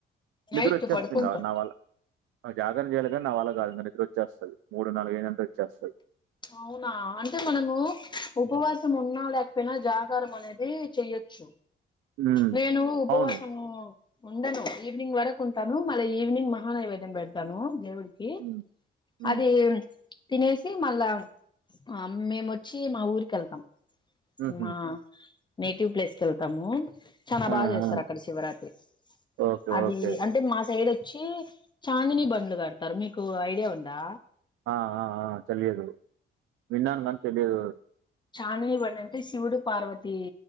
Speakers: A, on the left; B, on the right.
A: నైట్
B: నిద్రొ వచ్చేస్తుంది
A: పడుకుంటాం
B: ఇంగా నా వల్ల జాగరం చేయాల కానీ నా వాళ్ల కాదు నిద్ర వచ్చేస్తాది మూడు నాలుగు అయిందంటే వచ్చేస్తాది,
A: అవునా అంటే మనము ఉపవాసం ఉన్నా లేకపోయినా జాగరం అనేది చెయొచ్చు
B: హ్మ్.
A: నేను ఉపవాసము
B: అవును.
A: ఉండను ఈవినింగ్ వరకు ఉంటాను మళ్ళీ ఈవినింగ్ మహా నైవేద్యం పెడతాను దేవుడికి
B: హ్మ్. హ్మ్.
A: అది తినేసి మళ్ళా అ మేము వచ్చి మా ఊరికి వెళ్తాం
B: హుహు.
A: మా నేటివ్ ప్లేస్కి వెళ్తాము చాలా
B: ఆ!
A: బాగా చేస్తారు
B: ఆ!
A: అక్కడ శివరాత్రి
B: ఓకే.
A: అది
B: ఓకే.
A: అంటే మా సైడ్ వ వచ్చి చాందిని బండ్లు పేడతారు మీకు ఐడియా ఉందా
B: ఆ ఆ ఆ తెలియదు విన్నాను కాని తెలియదు
A: చామిని బండి అంటే శివుడు పార్వతి